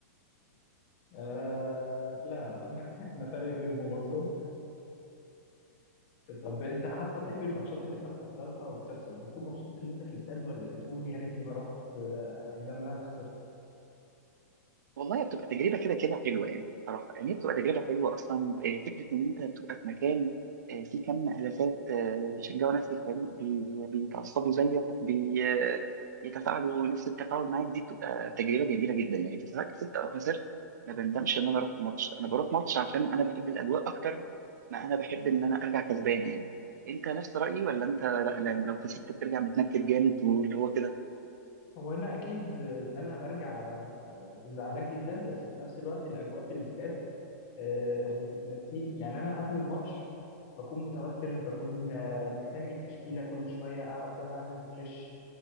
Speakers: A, on the left; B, on the right.
A: آه لا ما <laughs> احنا فريق غير منظم طب انت حتى طيب الماتشات اللي انت بتحضرها وبتخسر بتكون مبسوط ان انت في الاستاد ولا بتقول يا ريتني ما رحت آه، ده ان انا خسرت
B: والله بتبقى تجربة كده كده حلوة يعني صراحة يعني هي بتبقى تجربة حلوة أصلا آه، فكرة إن أنت بتبقى في مكان آه، فيه كم آلافات آه، بيشجعوا نفس الفريق بي- بيتعصبوا زيك بي- آه، يتفاعلوا نفس التفاعل معاك دي بتبقى تجربة جميلة جدا يعني سواء كسبت أو خسرت ما بندمش إن أنا رحت ماتش أنا بروح ماتش عشان أنا بحب الأجواء أكتر ما أنا بحب إن أنا أرجع كسبان يعني أنت نفس رأيي ولا أنت لا لا لو خسرت بترجع متنكد جامد واللي هو كده
A: هو انا اكيد ان انا برجع آه، زعلان جدا بس في نفس الوقت الاجواء في الاستاد آه، بتنسيني يعني انا قبل الماتش بكون متوتر بكون آه، مستني التشكيله كل شويه آه، افضل اعمل ريفريش